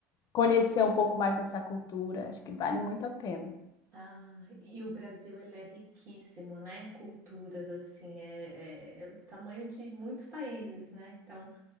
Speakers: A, on the left; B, on the right.
A: conhecer um pouco mais dessa cultura. Acho que vale muito a pena.
B: Ah, e o Brasil ele é riquíssimo, né, em culturas, assim, é, é- é o tamanho de muitos países, né? Então,